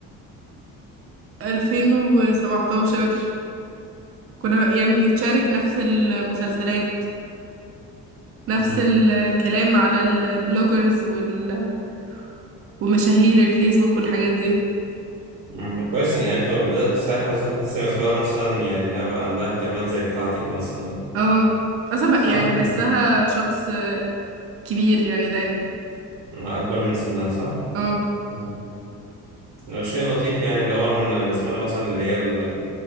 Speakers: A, on the right; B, on the right.
A: ألفين وسبعتاشر كنا يعني بنتشارك نفس المسلسلات نفس
B: امم
A: الكلام على البلوجرز وال... ومشاهير الفيسبوك والحاجات دي
B: أمم، كويس يعني انت بدأت ساعتها مثلا تحسي إن بسملة مثلا يعني انها بقى عندها اهتمامات زي بتاعتك مثلا
A: اه اصلا
B: صح؟
A: بقى يعني بحسها
B: امم
A: شخص كبير يعني دايما
B: أمم، اكبر من سنها صح؟
A: اه
B: مم. هو شيء لطيف يعني اللي هو رغم ان البسمله مثلا اللي هي ال-